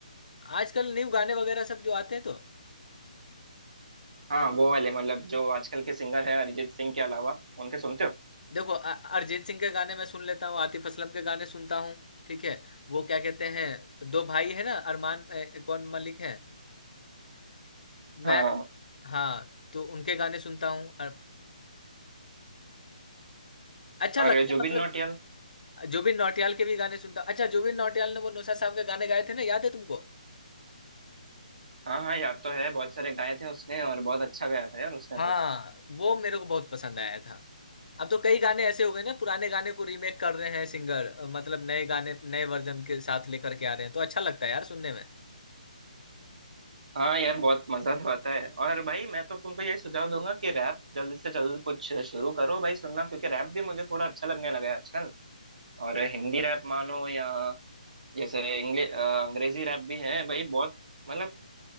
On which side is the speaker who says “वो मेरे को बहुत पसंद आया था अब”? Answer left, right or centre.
Left